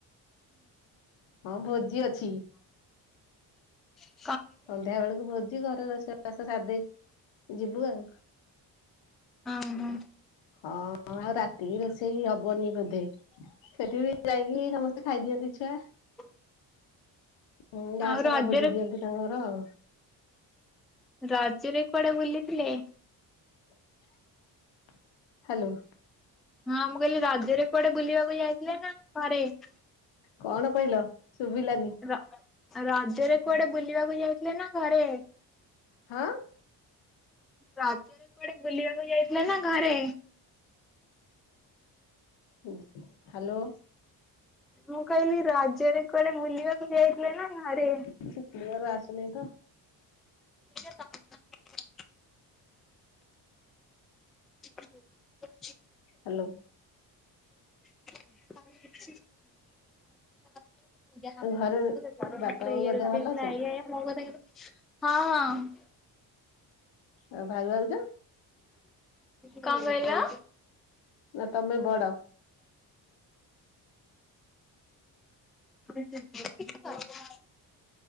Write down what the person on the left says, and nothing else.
ହଁ ଭୋଜି ଅଛି।
ସନ୍ଧ୍ୟାବେଳକୁ ଭୋଜି ଘରେ ରୋଷେଇବାସ ସାରିଦେଇ ଯିବୁ ଆଉ
ହଁ। ହଁ ରାତି ରୋଷେଇ ହବନି ବୋଧେ। ସେଠି ବି ଯାଇକି ସମସ୍ତେ ଖାଇଦିଅନ୍ତି ଛୁଆ।
ହଁ ଗାଁ
ସାରା
ଭୋଜି ଦିଅନ୍ତି ତାଙ୍କ ଘର ଆଉ।
<inaudible> ହ୍ୟାଲୋ।
କଣ କହିଲ ଶୁଭିଲାନି?
ହଁ।
ହ୍ୟାଲୋ।
କିଛି କ୍ଲିୟର ଆସୁନେଇତ।
ହ୍ୟାଲୋ।
ଘରେ
ବାପା
ମାଙ୍କ ଦେହ
ଭଲ ଅଛି ନା
ଆଉ ଭାଗଲ ତୁ।
ନା ତମେ ବଡ?